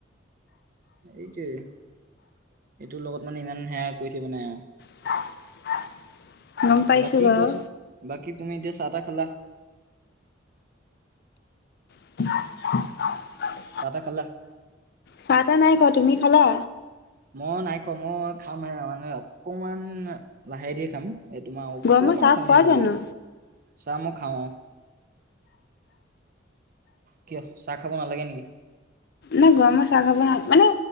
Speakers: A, on the right; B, on the left.
A: এইটোৱে এইটো লগত মানে ইমান সেয়া কই থাইব নাই আও।
B: <inaudible> পাইছো
A: বাকী
B: বাৰু
A: কচোন বাকী তুমি এতিয়া চা তা খালা?
B: <inaudible>
A: চা তা খালা?
B: চা তা নাই খোৱা তুমি খালা?
A: মই নাই খোৱা মই খাম হে মানে অকমান লাহে দিয়ে খাম। এই তোমা অকমান
B: গৰমৰ চাহ
A: সন্ধিয়া
B: খোৱা
A: হ'ব
B: জানো
A: লাইব। চা ম খাওঁ অ', কিয় চা খাব নালাগে নিকি?
B: না গৰম চা খাব না মানে